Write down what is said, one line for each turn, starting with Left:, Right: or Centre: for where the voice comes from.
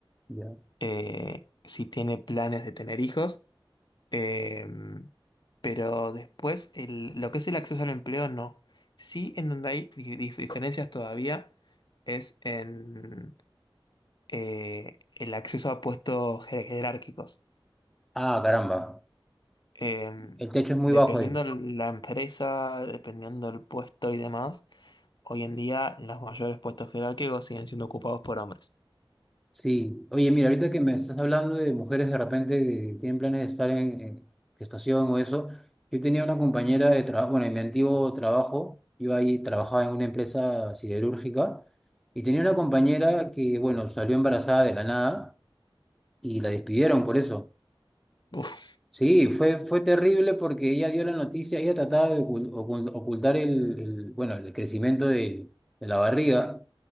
Centre: ya.
Left: eh, si tiene planes de tener hijos, eh, pero después el- lo que es el acceso al empleo no. Sí, en donde hay di- dif- diferencias todavía es en eh, el acceso a puestos jer- jerárquicos.
Centre: Ah, caramba.
Left: Em,
Centre: El techo es muy
Left: dependiendo
Centre: bajo ahí.
Left: de la empresa, dependiendo del puesto y demás, hoy en día los mayores puestos jerárquicos siguen siendo ocupados por hombres.
Centre: Sí, oye, mira, ahorita que me estás hablando de mujeres de repente que tienen planes de estar en, en gestación o eso, yo tenía una compañera de trabajo, bueno, en mi antiguo trabajo, yo ahí trabajaba en una empresa siderúrgica y tenía una compañera que, bueno, salió embarazada de la nada y la despidieron por eso.
Left: Uf,
Centre: Sí, fue, fue terrible porque ella dio la noticia, ella trataba de ocul- ocul- ocultar el, el, bueno, el crecimiento de de la barriga.